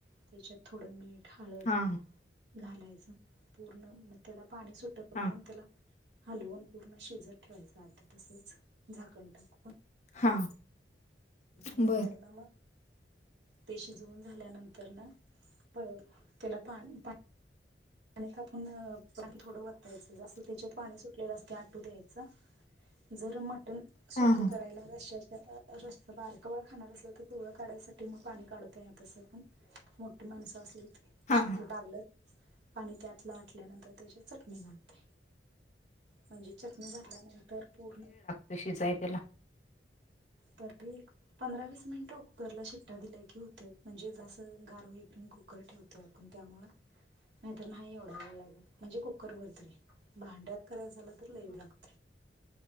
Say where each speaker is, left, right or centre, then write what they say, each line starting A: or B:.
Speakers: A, on the right (about 90°); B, on the left (about 40°).
A: त्याच्यात थोडं मी ठ हळद
B: हा
A: घालायचं, पूर्ण म त्याला पाणी सुटपर्यंत
B: हा
A: त्याला हलवुण पूर्ण शिजत ठेवायच आधी तसच झाकण टाकून.
B: हा.
A: नंतर
B: बरं.
A: ना मग, ते शिजवून झाल्यानंतर न परत त्याला पाणी पा पाणी तापून पाणी थोडं वतायचं जसं त्याच्यात पाणी सुटलेलं असतय आटू द्यायचं. जर मटण सुखं
B: हां, हां.
A: करायला रश्याच्या रस्सं बारकं बाळ खाणार असलं तर पिवळ काढायसाठी मग पाणी काढतोय तसं पण. मोठी माणसं असली की हे
B: हां,
A: शक्य
B: हां.
A: टागलं पाणी त्यातला आटल्यानंतर त्याच्यात चटणी घालतय. म्हणजे चटणी घातल्यानंतर पूर्ण
B: ते शिजाय त्याला
A: तर एक पंधरा वीस मिनिटं कुकरला शिट्टया दिल्या की होतय, म्हणजे जसं गार होई पर्यंत कु कर ठेवतोय आपण त्यामुळं नाहीतर नाही एवढा वेळ लागत, म्हणजे कुकरवर तरी भांड्यात करायच झालं तर लई वेळ लागतय.